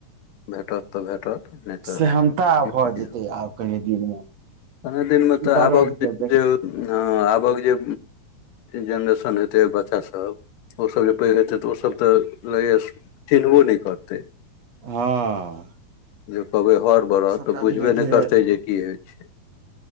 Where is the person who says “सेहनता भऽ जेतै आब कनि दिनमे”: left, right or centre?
Right